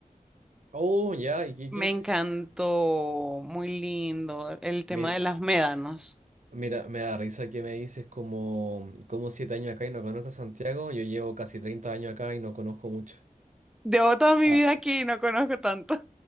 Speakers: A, on the right (about 60°); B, in the centre.
A: oh, ya, ¿y qué?
B: Me
A: qué?
B: encantó, muy lindo, el tema
A: Me-
B: de las médanos.
A: Mira, me da risa que me dices como, como siete años acá y no conozco a Santiago. Yo llevo casi 30 años acá y no conozco mucho.
B: Llevo toda mi
A: Ah,
B: vida aquí y no conozco tanto.